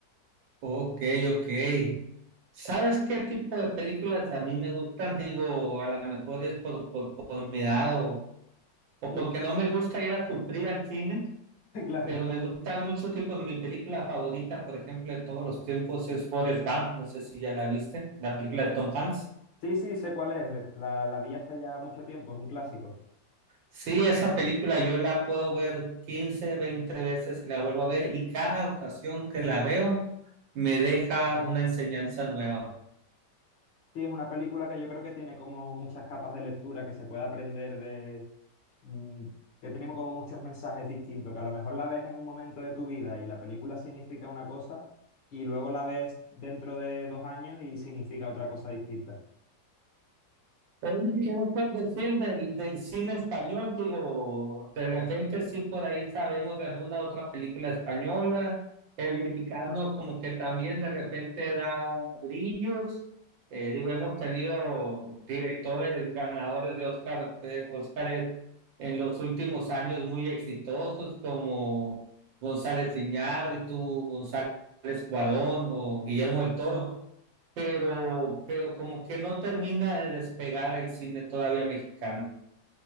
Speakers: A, on the right; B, on the left.
A: Ok, ok. ¿Sabes qué tipo de películas a mí me gustan? Digo, a lo mejor es por, por, por mi edad o, o
B: <laughs>
A: porque no me gusta ir a sufrir al cine,
B: Claro.
A: pero me gustan muchos tipos. Mi película favorita, por ejemplo, de todos los tiempos es Forrest Gump. No sé si ya la viste, la película de Tom Hanks.
B: Sí, sí, sé cuál es. La, la vi hace ya mucho tiempo, es un clásico.
A: Sí, esa película yo la puedo ver 15, 20 veces y la vuelvo a ver y cada ocasión que la veo me deja una enseñanza nueva.
B: Sí, es una película que yo creo que tiene como muchas capas de lectura que se puede aprender de... mm, que tenemos como muchos mensajes distintos, que a lo mejor la ves en un momento de tu vida y la película significa una cosa y luego la ves dentro de dos años y significa otra cosa distinta.
A: Pero, ¿Qué nos puedes decir del, del cine español? Digo, de repente sí por ahí sabemos de alguna otra película española. El mexicano como que también de repente da brillos. Eh, digo, hemos tenido directores ganadores de Oscar, de Óscares en los últimos años muy exitosos como González Iñárritu, González Cuarón o Guillermo del Toro pero, pero como que no termina de despegar el cine todavía mexicano.